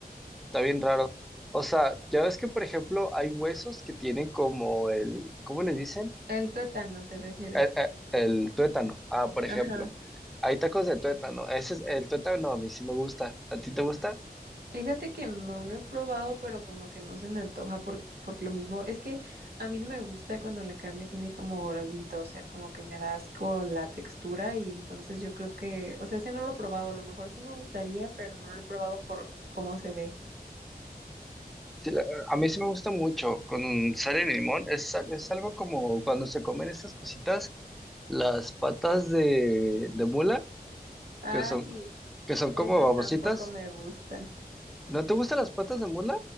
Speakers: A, in the centre; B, on the right (about 80°).
A: está bien raro. O sea, ya ves que, por ejemplo, hay huesos que tienen como el, ¿cómo le dicen?
B: El tuétano, ¿te refieres?
A: eh, eh, el tuétano, ah, por ejemplo.
B: Ajá.
A: Hay tacos de tuétano. Ese es el tuétano, a mí sí me gusta. ¿A ti te gusta?
B: Fíjate que no lo he probado, pero como que no se me antoja por, porque lo mismo es que a mí no me gusta cuando la carne tiene como gordito, o sea, como que me da asco la textura y entonces yo creo que, o sea, ese no lo he probado, a lo mejor sí me gustaría, pero no lo he probado por cómo se ve.
A: Sí, la- a mí sí me gusta mucho con sal y limón. Es, al- es algo como cuando se comen esas cositas, las patas de, de mula,
B: Ah,
A: que son,
B: sí,
A: que son como
B: esos
A: babositas.
B: tampoco me gustan.
A: ¿No te gustan las patas de mula?